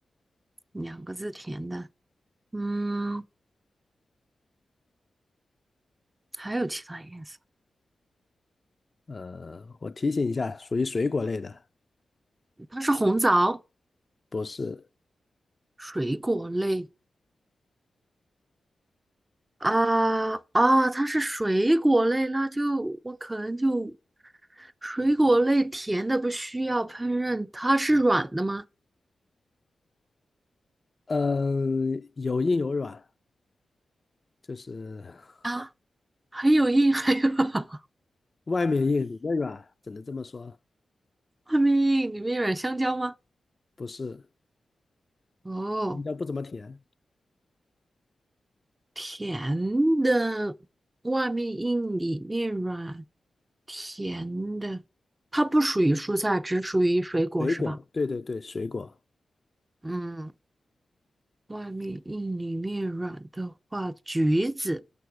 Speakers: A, on the right; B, on the left.
A: 两个字甜的，嗯，还有其他颜色，
B: 呃，我提醒一下，属于水果类的，
A: 它是红枣，
B: 不是。
A: 水果类，啊啊，它是水果类，那就我可能就水果类甜的不需要烹饪，它是软的吗？
B: 嗯、有硬有软，就是 <laughs>
A: 啊，还有硬，还有 <laughs>
B: 外面硬，里面软，只能这么说。
A: 外面硬，里面软，香蕉吗？
B: 不是，
A: 哦，
B: 应该不怎么甜。
A: 甜的，外面硬，里面软，甜的，它不属于蔬菜，只属于水果是吧？
B: 水果，对对对，水果，
A: 嗯，外面硬，里面软的话，橘子。